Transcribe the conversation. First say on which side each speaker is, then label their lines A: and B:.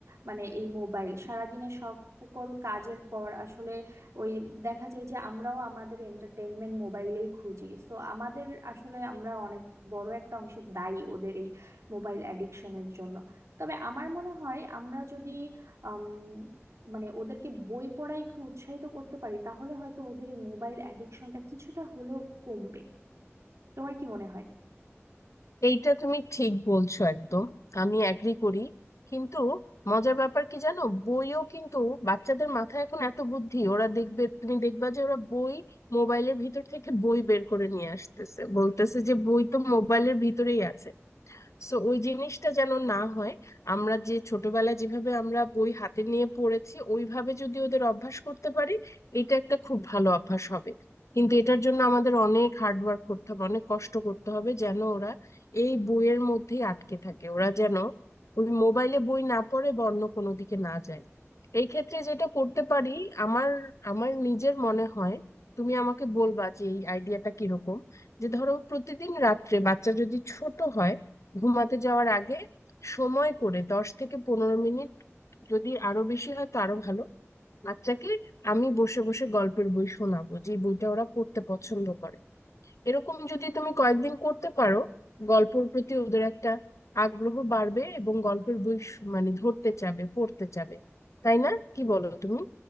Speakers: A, on the right; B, on the left.
A: মানে এই মোবাইল সারাদিনে সব সকল কাজের পর আসলে ওই দেখা যায় যে আমরাও আমাদের এন্টারটেইনমেন্ট মোবাইলেই খুঁজি সো আমাদের আসলে আমরা অনেক বড় একটা অংশে দায়ী ওদের এই মোবাইল অ্যাডিকশনের জন্য তবে আমার মনে হয় আমরা যদি আম, মানে ওদেরকে বই পড়ায় একটু উৎসাহিত করতে পারি তাহলে হয়তো ওদের এই মোবাইল অ্যাডিকশনটা কিছুটা হলেও কমবে তোমার কি মনে হয়
B: এইটা তুমি ঠিক বলছো একদম আমি এগ্রি করি কিন্তু মজার ব্যাপার কি জানো বইও কিন্তু বাচ্চাদের মাথায় এখন এত বুদ্ধি ওরা দেখবে তুমি দেখবা যে ওরা বই মোবাইলের ভিতর থেকে বই বের করে নিয়ে আসতেছে বলতেছে যে বই তো মোবাইলের ভিতরেই আছে সো ওই জিনিসটা যেন না হয় আমরা যে ছোটবেলায় যেভাবে আমরা বই হাতে নিয়ে পড়েছি ওইভাবে যদি ওদের অভ্যাস করতে পারি এটা একটা খুব ভালো অভ্যাস হবে কিন্তু এটার জন্য আমাদের অনেক হার্ড ওয়ার্ক করতে হবে অনেক কষ্ট করতে হবে যেন ওরা এই বইয়ের মধ্যেই আটকে থাকে ওরা যেন ওই মোবাইলে বই না পড়ে বা অন্য কোনো দিকে না যায় এই ক্ষেত্রে যেটা করতে পারি আমার আমার নিজের মনে হয় তুমি আমাকে বলবা যে এই আইডিয়াটা কিরকম যে ধরো প্রতিদিন রাত্রে বাচ্চা যদি ছোট হয় ঘুমাতে যাওয়ার আগে সময় করে দশ থেকে পনেরো মিনিট যদি আরো বেশি হয় তো আরো ভালো বাচ্চাকে আমি বসে বসে গল্পের বই শোনাবো যে বইটা ওরা পড়তে পছন্দ করে এরকম যদি তুমি কয়েকদিন করতে পারো গল্পের প্রতি ওদের একটা আগ্রহ বাড়বে এবং গল্পের বই শ- মানে ধরতে চাবে পড়তে চাবে তাই না কি বলো তুমি